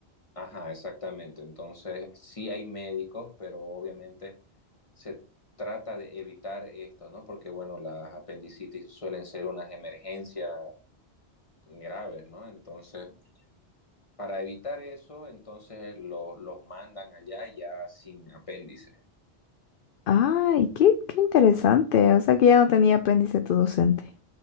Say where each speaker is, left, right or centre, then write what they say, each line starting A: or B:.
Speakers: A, on the left; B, on the left.
A: Ajá, exactamente. Entonces, sí hay médicos, pero obviamente se trata de evitar esto, ¿no? Porque, bueno, las apendicitis suelen ser unas emergencias graves, ¿no? Entonces, para evitar eso, entonces lo- los mandan allá ya sin apéndice.
B: Ay, qué, qué interesante. O sea que ya no tenía apéndice tu docente.